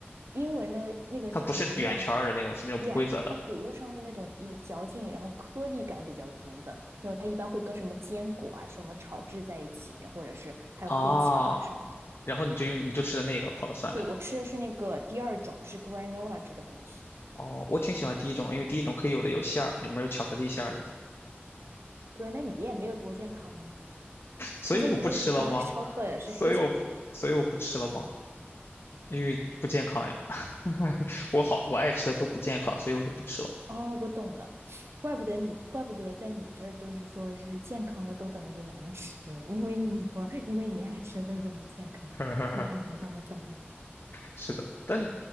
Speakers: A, on the right; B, on the left.
A: 英文的那个叫什么营养素
B: 它不是圆圈儿的那种，是那种不规则的
A: ，yeah，它谷物上是那种有嚼劲，然后颗粒感比较足的，因为它一般会跟什么坚果啊什么炒制在一起，或者是还有黑巧啊什么的。
B: 啊。然后你就用你就吃的那个泡了酸奶。
A: 对，我吃的是那个第二种，是 granola 这个东西。
B: 哦，我挺喜欢第一种，因为第一种可以有的有馅儿，里面有巧克力馅儿的，
A: 哥，那你也没有多健康啊，
B: 所以我不吃了吗？
A: 除非你那个是 dark chocolate，是黑巧克力。
B: 所以我不，所以我不吃了吗？因为不健康呀。<laughs> 我好，我爱吃的都不健康，所以我就不吃了。
A: 哦，我懂了，怪不得你，怪不得在你这儿就是说是健康的都等于难吃，因为你不，因为你爱吃的都是不健康。
B: <laughs>
A: <laughs> 好好好好，我懂了。
B: 是的，但是